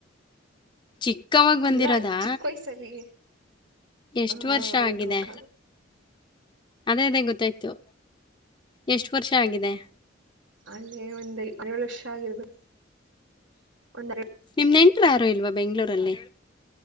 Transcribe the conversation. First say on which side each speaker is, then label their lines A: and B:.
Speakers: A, on the left (about 25°); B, on the right (about 80°).
A: ಚಿಕ್ಕವಾಗ ಬಂದಿರೋದಾ
B: ಅಲ್ಲ ಚಿಕ್ಕ ವಯ್ಸಲ್ಲಿ
A: ಎಷ್ಟು
B: ಹಾ
A: ವರ್ಷ
B: ಹೌದು
A: ಆಗಿದೆ
B: ಅಕ್ಕ
A: ಅದೇ ಅದೇ ಗೊತ್ತಾಯ್ತು ಎಷ್ಟು ವರ್ಷ ಆಗಿದೆ
B: ಅಲ್ಲೇ ಒಂದು ಏಳು ವರ್ಷ ಆಗಿರ್ಬೇಕು ಒಂದ್
A: ನಿಮ್ದೇನ್ ನಿಮ್ಮವರು ಯಾರು ಇಲ್ವಾ ಬೆಂಗ್ಳೂರಲ್ಲಿ